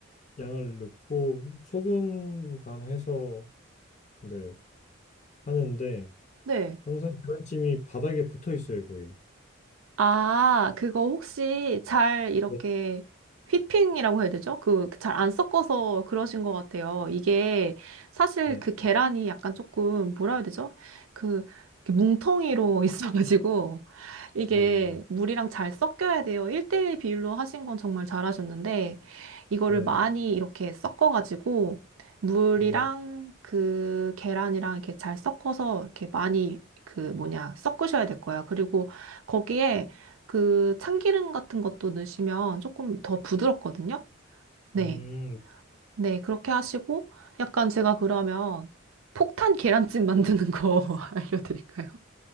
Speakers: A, on the left; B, on the right.
A: 양을 넣고 소금 간해서 네, 하는데
B: 네.
A: 항상 계란찜이 바닥에 붙어 있어요 거의.
B: 아, 그거 혹시 잘 이렇게
A: 네,
B: 휘핑이라고 해야 되죠? 그 잘 안 섞어서 그러신 것 같아요. 이게 사실
A: 네,
B: 그 계란이 약간 조금 뭐라 해야 되죠? 그 이렇게 뭉텅이로 <laughs> 있어가지고 이게
A: 네, 네,
B: 물이랑 잘 섞여야 돼요. 1대1 비율로 하신 건 정말 잘하셨는데 이거를
A: 네,
B: 많이 이렇게 섞어가지고 물이랑
A: 네.
B: 그 계란이랑 이렇게 잘 섞어서 이렇게 많이 그 뭐냐 섞으셔야 될 거예요. 그리고 거기에 그 참기름 같은 것도 넣으시면 조금 더 부드럽거든요. 네.
A: 음,
B: 네, 그렇게 하시고 약간 제가 그러면 폭탄 계란찜 만드는 거 <laughs> 알려드릴까요?